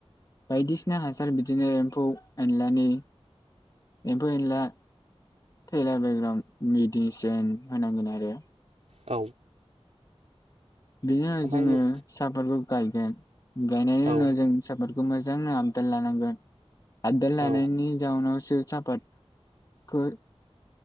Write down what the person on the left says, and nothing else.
बायदिसिना हासार बिदिनो एम्फौ एनलानि एम्फौ एनला थैला बेकग्राउन्ड मिडिसिन होनांगोन आरो।
बेनि उनाव
जोङो
साफाटखौ गायगोन। गायनायनि उनाव
जों साफादखौ मोजां आबदाल लानांगोन। आबदाल लानायनि
जाउनावसो साफाद खौ